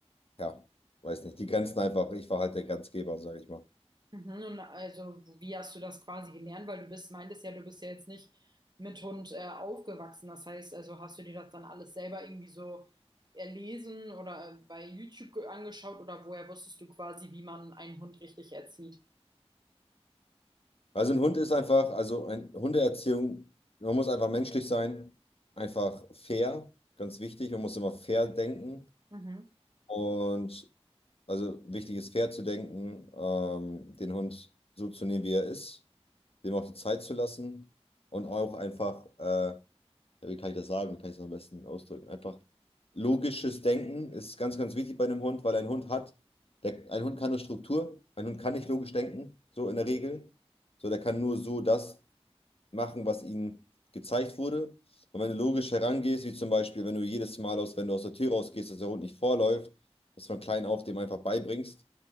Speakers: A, on the left (about 65°); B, on the right (about 40°).
A: ja, weiß nicht. Die Grenzen einfach. Ich war halt der Grenzgeber, sage ich mal.
B: Mhm, und also, wie hast du das quasi gelernt? Weil du bist, meintest ja, du bist ja jetzt nicht mit Hund äh, aufgewachsen. Das heißt, also hast du dir das dann alles selber irgendwie so erlesen oder äh, bei YouTube ge- angeschaut oder woher wusstest du quasi, wie man einen Hund richtig erzieht?
A: Also ein Hund ist einfach, also ein Hundeerziehung, man muss einfach menschlich sein, einfach fair, ganz wichtig. Man muss immer fair denken.
B: Mhm.
A: Und also wichtig ist fair zu denken, ähm, den Hund so zu nehmen, wie er ist dem auch die Zeit zu lassen und auch einfach, äh, ja, wie kann ich das sagen, wie kann ich es am besten ausdrücken? Einfach logisches Denken ist ganz, ganz wichtig bei einem Hund, weil ein Hund hat, der, ein Hund kann nur Struktur, ein Hund kann nicht logisch denken, so in der Regel. So, der kann nur so das machen, was ihm gezeigt wurde. Und wenn du logisch herangehst, wie zum Beispiel, wenn du jedes Mal aus, wenn du aus der Tür rausgehst, dass der Hund nicht vorläuft, dass du von klein auf dem einfach beibringst,